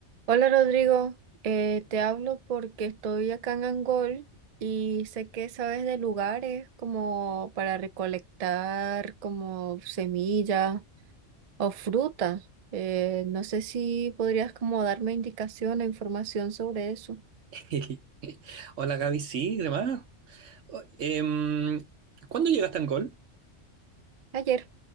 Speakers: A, on the right; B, on the right.
A: Hola Rodrigo, Eh, te hablo porque estoy acá en Angol y sé que sabes de lugares como para recolectar como semillas o fruta. Eh, no sé si podrías como darme indicación o información sobre eso.
B: <laughs> Hola Gaby, sí, demás. O- em, ¿cuándo llegaste a Angol?
A: Ayer,